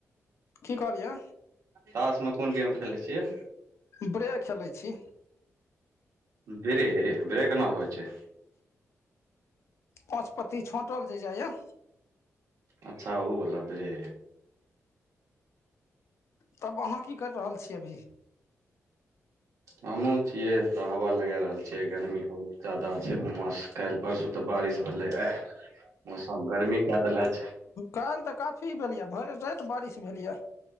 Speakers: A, on the left; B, on the right.
A: की कहलियै
B: तासमे कोन गेम खेलै छियै?
A: ब्रे खेलै छी।
B: ब्रे ब्रे केना होइ छै?
A: पाँच पत्ती छाँटल जे जाइया।
B: अच्छा ओ बोला ब्रे
A: तब अहाँ की करि रहल छी अभी?
B: हमहुँ छियै, हवा लगा रहल छी। गर्मी बहुत बेसी छै, उमस सेहो बहुत छै काल्हि परसू सँ। तऽ बारिश भेलै, मौसम गर्मी कऽ देलक तऽ।
A: काल्हि तऽ काफी बारिश भेलै, भरि राति बारिश भेलै।